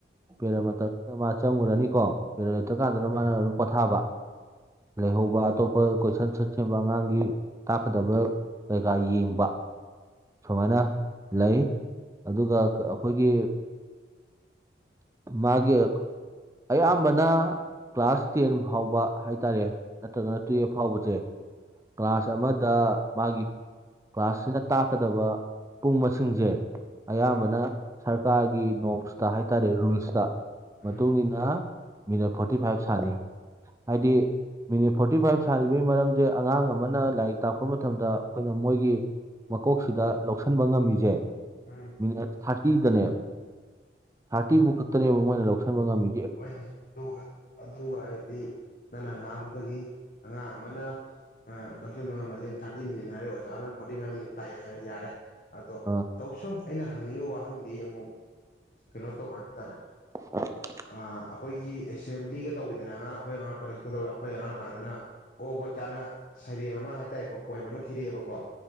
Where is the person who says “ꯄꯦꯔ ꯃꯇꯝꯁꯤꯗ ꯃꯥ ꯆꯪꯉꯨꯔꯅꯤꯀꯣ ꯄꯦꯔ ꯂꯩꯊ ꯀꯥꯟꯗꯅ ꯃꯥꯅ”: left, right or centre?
Right